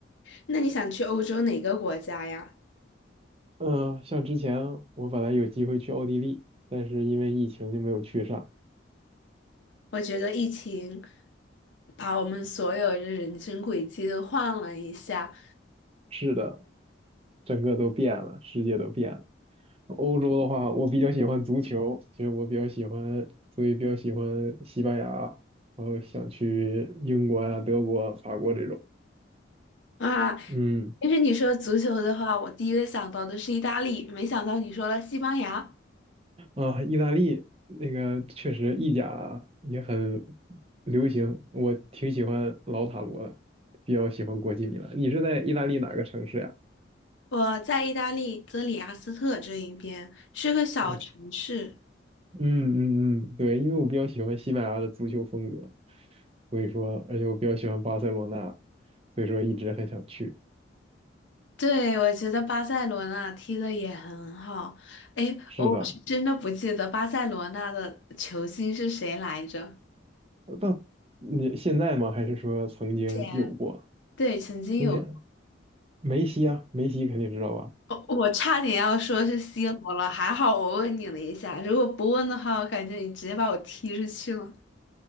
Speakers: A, on the left; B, on the right.
A: 那你想去欧洲哪个国家呀？
B: 嗯，像之前我本来有机会去奥地利，但是因为疫情就没有去上。
A: 我觉得疫情把我们所有的人生轨迹都换了一下
B: 是的，整个都变了，世界都变了。欧洲的话，我比较喜欢足球，所以我比较喜欢，所以比较喜欢西班牙，然后想去英国啊、德国、法国这种。
A: 啊。
B: 嗯，
A: 其实你说足球的话，我第一个想到的是意大利，没想到你说了西班牙。
B: 啊，意大利那个确实意甲也很流行，我挺喜欢老塔罗的，比较喜欢国际米兰。你是在意大利哪个城市呀？
A: 我在意大利泽里阿斯特这一边是个小城市，
B: 我嗯嗯嗯，对，因为我比较喜欢西班牙的足球风格，所以说，而且我比较喜欢巴塞罗那，所以说一直很想去。
A: 对，我觉得巴塞罗那踢的也很好。哎，
B: 是的，
A: 我是真的不记得巴塞罗那的球星是谁来着？
B: 到你现在吗？还是说曾经有过？
A: 前对，曾经有。
B: 从前，梅西啊，梅西肯定知道吧？
A: 我我差点要说是 C 罗了，还好我问你了一下，如果不问的话，我感觉你直接把我踢出去了。